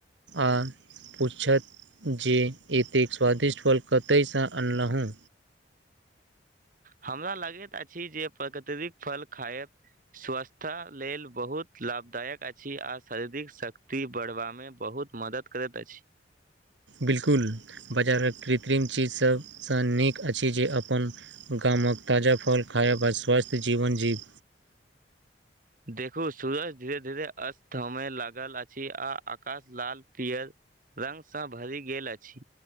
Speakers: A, on the right (about 85°); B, on the right (about 50°).
A: आ पूछत जे एतेक स्वादिष्ट फल कतय से अनलहुँ।
B: हमरा लागैत अछि जे प्रगत्रिक फल खायब स्वस्था लेल बहुत लाभदायक अछि आ शारीरिक शक्ति बढ़बा मे बहुत मदद करत अछि।
A: बिल्कुल बजारक कृत्रिम चीज सबसे नीक अछि जे अपन गामक ताजा फल खायब आ स्वस्थ जीवन जीब
B: देखु सूरज धीरे-धीरे अस्त होमे लागल अछि आ अकाश लाल-पियर रंग सँ भरि गेल अछि,